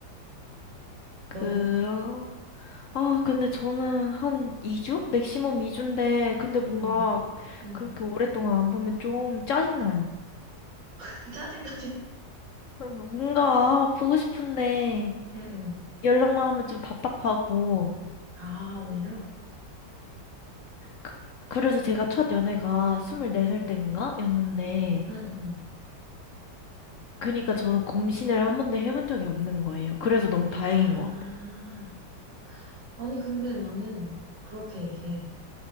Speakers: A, on the left; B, on the right.
A: 그럼,
B: 너는?
A: 아, 근데 저는 한 2주? 맥시멈 2주인데, 근데 뭔가
B: 응, 응,
A: 그렇게 오랫동안 안 보면 좀 짜증나요.
B: 응. <laughs> 짜증까지.
A: <laughs> 음, 뭔가 보고 싶은데,
B: 응, 응.
A: 연락만 하면 좀 답답하고.
B: 아, 오히려?
A: 그, 그래서 제가 첫 연애가 24살
B: 응,
A: 땐가? 였는데,
B: 응, 응, 응.
A: 그니까 저는 검신을 한 번도 해본 적이 없는 거예요. 그래서 너무 다행인
B: 아.
A: 것 같아요.
B: 아니, 근데 나는 그렇게 얘기해.